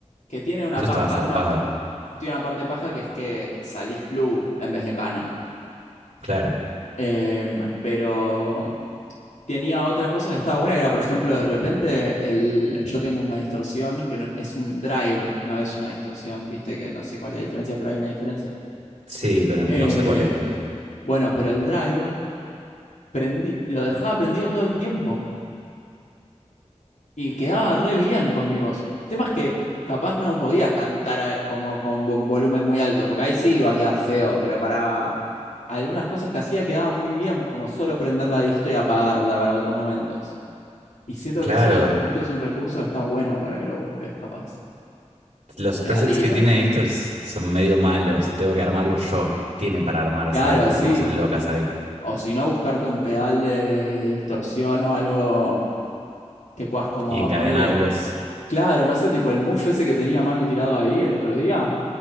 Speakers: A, on the left (about 85°); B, on the right (about 85°).
A: que tiene una
B: eso
A: paja,
B: estaba zarpado.
A: una, tiene una parte paja que es que salís Plu en vez de Canon.
B: Claro,
A: Em, pero tenía otra cosa que estaba buena, que era, por ejemplo, de repente el, yo tengo una distorsión, que no- es un drive, no es una distorsión, viste, que no sé cuál es la diferencia, pero hay una diferencia.
B: sí, pero
A: Eh,
B: no sé cuál es, pero sí.
A: bueno, pero el drive prendí, lo dejaba prendido todo el tiempo y quedaba re bien con mi voz. El tema es que capaz no podía cantar a- como con un volumen muy alto, porque ahí sí iba a quedar feo, pero para algunas cosas que hacía quedaba muy bien, como solo prender la disto y apagarla para otros momentos. Y siento
B: Claro,
A: que eso de repente es un recurso que está bueno para que lo busques, capaz.
B: los
A: Te
B: presets
A: la tiro.
B: que tiene estos son medio malos, tengo que armarlos yo. Tiene para armarse
A: Claro,
B: algunas
A: sí.
B: cosas locas ahí
A: O si no, buscarte un pedal de distorsión o algo que puedas como
B: y encadenarlos.
A: ponerle Claro, no sé, tipo el muff ese que tenía Manu tirado ahí el otro día,